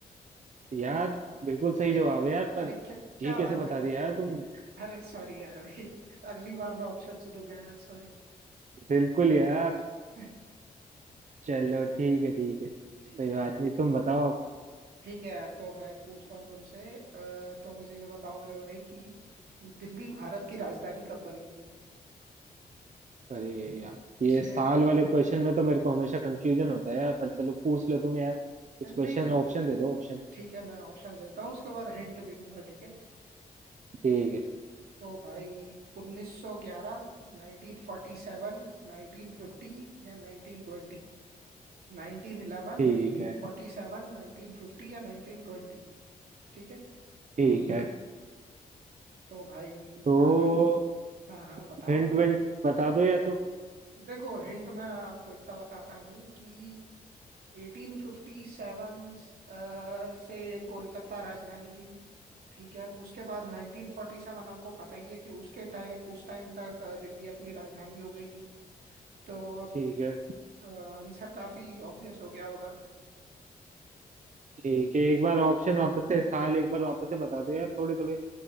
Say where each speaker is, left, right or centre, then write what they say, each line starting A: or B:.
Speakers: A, on the right (about 50°); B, on the right (about 75°).
A: यार बिल्कुल सही जवाब है यार
B: अरे
A: पर
B: क्या क्या
A: ये कैसे
B: बात
A: बता
B: कर रहे
A: दिया यार तुमने
B: हैं अरे सॉरी यार भाई <laughs> अगली बार मैं ऑप्शन सुनूंगा यार सॉरी
A: बिल्कुल यार
B: <laughs>
A: चलो ठीक है ठीक है कोई
B: ठीक है
A: बात नहीं तुम बताओ
B: ठीक है यार तो मैं पूछता हूँ तुमसे अ, तो मुझे ये बताओ मेरे भाई कि दिल्ली भारत की राजधानी कब बनी थी
A: अरे यार ये
B: इसके
A: साल वाले क्वेश्चन में तो मेरे को हमेशा कंफ्यूजन होता है यार पर चलो पूछ लो तुम यार कुछ
B: नहीं
A: क्वेश्चन
B: नहीं भाई
A: ऑप्शन दे दो ऑप्शन
B: ठीक है मैं ऑप्शन देता हूँ उसके बाद हिंट भी दूंगा ठीक है
A: ठीक है
B: तो भाई 1911 1947 1950 या 1920 1911
A: ठीक
B: 1947
A: है
B: 1950 या 1920 ठीक है
A: ठीक है
B: तो भाई
A: तो
B: अगर हाँ हाँ बताओ
A: हिंट
B: ना
A: विंट बता दो या तो
B: देखो हिंट मैं आपको इतना बताता हूँ कि 1857 अ, से कोलकाता राजधानी थी ठीक है उसके बाद 1947 आपको पता ही है कि उसके टाइम उस टाइम तक अ, दिल्ली अपनी राजधानी हो गई थी तो अब
A: ठीक है
B: आंसर काफी ऑब्वियस हो गया होगा
A: ठीक है एक बार ऑप्शन वापस से साल एक बार वापस से बता दो यार थोड़े थोड़े